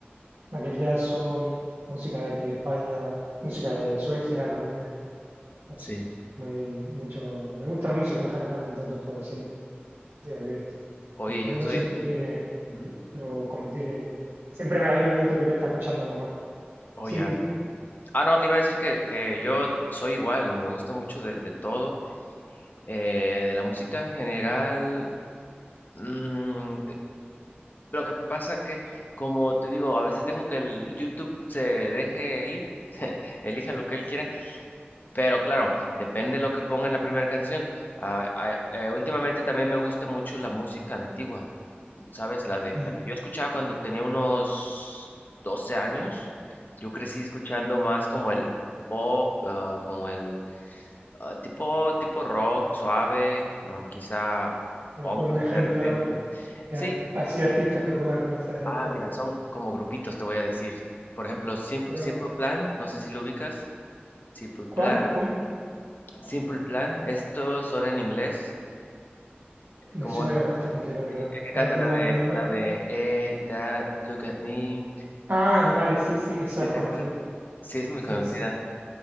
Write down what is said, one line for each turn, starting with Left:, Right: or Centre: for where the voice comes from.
Right: Michael Jackson, música de aquí de España, música de Suecia también, no
Left: Sí.
Right: sé, muy, mucho. Me gusta la música en general, entonces pues siempre estoy abierto.
Left: Oye,
Right: Aunque
Left: yo
Right: uno
Left: soy,
Right: siempre tiene, lo, pri- lo- como tiene, siempre hay un momento que le está escuchando algo más.
Left: oh
Right: Sí,
Left: ya.
Right: dime.
Left: Ah, no, te iba a decir que, que yo soy igual, me gusta mucho de, de todo, eh, de la música en general, mm, Lo que pasa que, como te digo, a veces dejo que el YouTube se deje ir, <laughs> elija lo que él quiera, pero claro, depende de lo que ponga en la primera canción. Ah, ah, eh, últimamente también me gusta mucho la música antigua, ¿sabes? La de
Right: Mm.
Left: la que yo escuchaba cuando tenía unos 12 años. Yo crecí escuchando más como el pop, ah, como el ah, tipo tipo rock suave, um, quizá
Right: A
Left: punk
Right: ver, ponme ejemplo
Left: de repente.
Right: de
Left: Sí,
Right: ar- así artistas que pueda conocer
Left: Ah,
Right: yo.
Left: mira, son como grupitos, te voy a decir. Por ejemplo, Sim-
Right: Pero,
Left: Simple Plan, no sé si lo ubicas. Simple Plan,
Right: ¿cuál? ¿Cómo?
Left: Simple Plan, estos son en inglés,
Right: Me
Left: como
Right: suena
Left: sí,
Right: bastante, la verdad.
Left: el que canta
Right: A ver, dime
Left: la de
Right: alguno más.
Left: la de Hey, Dad, look at me.
Right: Ah, vale, sí, sí, esa
Left: Sí,
Right: es
Left: te
Right: conocida.
Left: acuerdas. Sí, es muy
Right: Sí,
Left: conocida.
Right: sí.